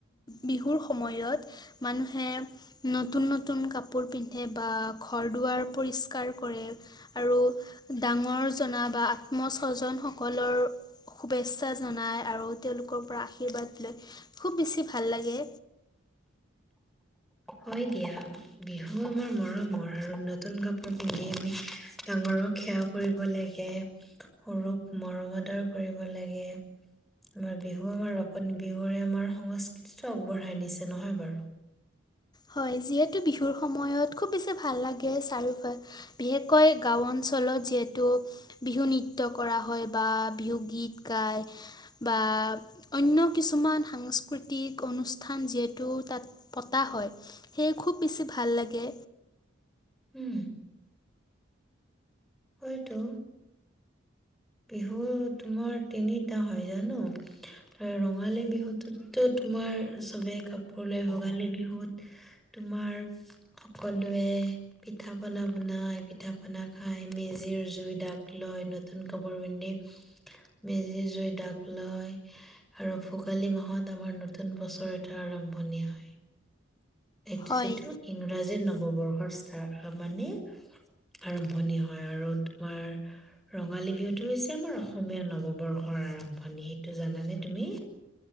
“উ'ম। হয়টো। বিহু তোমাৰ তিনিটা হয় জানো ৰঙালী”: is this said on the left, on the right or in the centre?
Centre